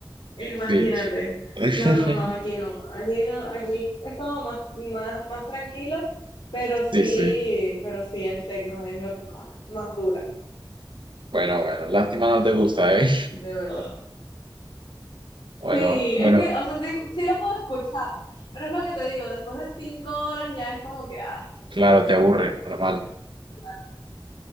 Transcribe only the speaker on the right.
Sí. <laughs>
Sí, sí.
Bueno, bueno, lástima no te gusta, ¿eh?
Bueno,
bueno,
claro, te aburre, normal.